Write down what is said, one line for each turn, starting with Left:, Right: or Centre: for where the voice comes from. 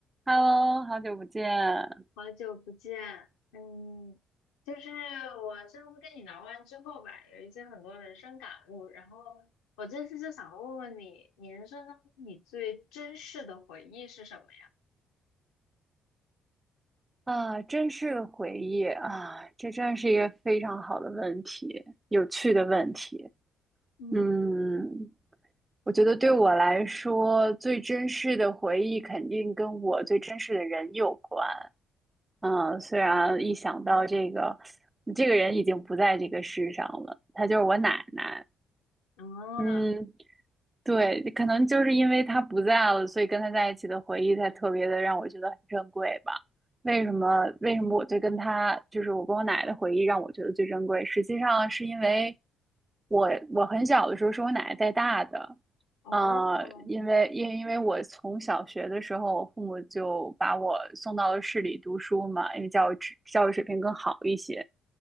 Right: Hello，好久不见。
Left: 好久不见，嗯，就是我上次跟你聊完之后吧，有一些很多人生感悟，然后我这次就想问问你，你人生当中你最珍视的回忆是什么呀？
Right: 啊，真是个回忆啊！这真是一个非常好的问题，有趣的问题。
Left: 嗯
Right: 嗯，我觉得对我来说，最真实的回忆肯定跟我最真实的人有关。嗯，虽然一想到这个，
Left: 嗯，
Right: 这个人已经不在这个世上了，他就是我奶奶。
Left: 哦，
Right: 嗯，对，可能就是因为他不在了，所以跟他在一起的回忆才特别的让我觉得很珍贵吧。为什么？为什么我对跟他，就是我跟我奶奶的回忆让我觉得最珍贵？实际上是因为我我很小的时候是我奶奶带大的，
Left: 哦，
Right: 呃，因为因为因为我从小学的时候，我父母就把我送到了市里读书嘛，因为教育水教育水平更好一些。